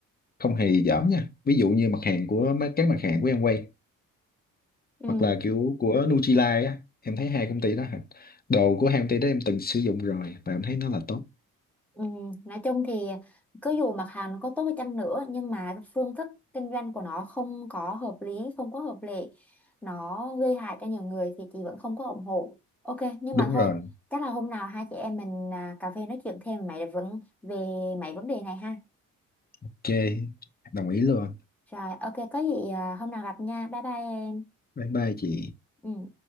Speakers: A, on the left; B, in the centre.
A: không hề dởm nha ví dụ như mặt hàng của mấy- các mặt hàng của em quay
B: ừ
A: hoặc là kiểu của Nutrilite á em thấy hai công ty đó hả đồ của hai công ty đó em từng sử dụng rồi và em thấy nó là tốt
B: ừ nói chung thì cứ dù mặt hàng nó có tốt đi chăng nữa nhưng mà cái phương thức kinh doanh của nó không có hợp lý không có hợp lệ nó gây hại cho nhiều người thì chị vẫn không có ủng hộ ok nhưng
A: đúng
B: mà thôi
A: rồi
B: chắc là hôm nào hai chị em mình à, cà phê nói chuyện thêm về mấy vấn về mấy vấn đề này ha
A: ok đồng ý luôn
B: Rồi, ok, có gì à, hôm nào gặp nha. Bye bye em.
A: bye bye chị
B: Ừ.